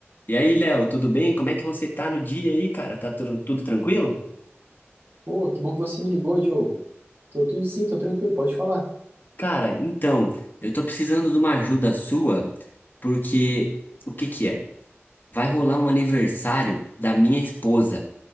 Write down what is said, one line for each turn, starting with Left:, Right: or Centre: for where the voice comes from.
Left: E aí, Léo, tudo bem? Como é que você tá no dia aí, cara? Tá tudo, tudo tranquilo?
Right: Pô, que bom que você me ligou, Diogo. Tô tudo sim, tô tranquilo, pode falar.
Left: Cara, então, eu tô precisando de uma ajuda sua, porque o que que é? Vai rolar um aniversário da minha esposa.